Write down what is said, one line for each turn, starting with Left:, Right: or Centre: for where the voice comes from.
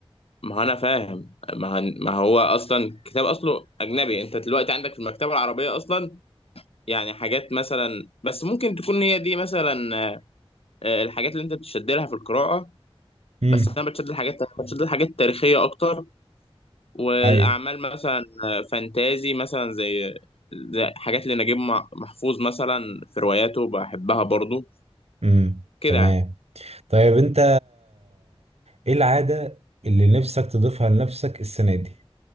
Left: ما هو أنا فاهم ما هن- ما هو أصلا كتاب أصله أجنبي أنت دلوقتي عندك في المكتبة العربية أصلا يعني حاجات مثلا بس ممكن تكون هي دي مثلا أه، آه، الحاجات اللي أنت بتشد لها في القراءة
Right: امم
Left: بس أنا بتشد لحاجات بتشد لحاجات تاريخية أكتر والاعمال
Right: ايوه
Left: مثلا فانتازي مثلا زي زي حاجات لنجيب مع- محفوظ مثلا في رواياته بحبها برضو
Right: امم
Left: كده
Right: تمام
Left: يعني
Right: طيب انت ايه العاده اللي نفسك تضيفها لنفسك السنه دي